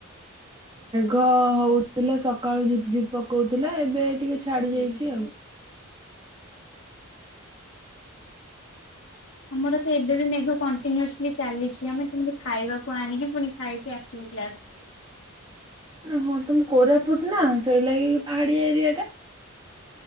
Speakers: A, on the right; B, on the left.
A: ଘ ହଉଥିଲା ସକାଳୁ ଝିପ ଝିପ ପକଉଥିଲା ଏବେ ଟିକେ ଛାଡି ଯାଇଚି ଆଉ।
B: ଆମର ତ ଏବେ ବି ମେଘ କଣ୍ଟିନ୍ୟୁସିଲ୍ ଚାଲିଚି ଆମେ କେମିତି ଖାଇବା କୁ ଆଣିକି ପୁଣି ଖାଇକି ଆସିବୁ କ୍ଲାସ।
A: ହଁ ତ ମୁଁ କୋରାପୁଟ ନା ସେଇ ଲାଗି ପାହାଡିଆ ଏରିଆଟା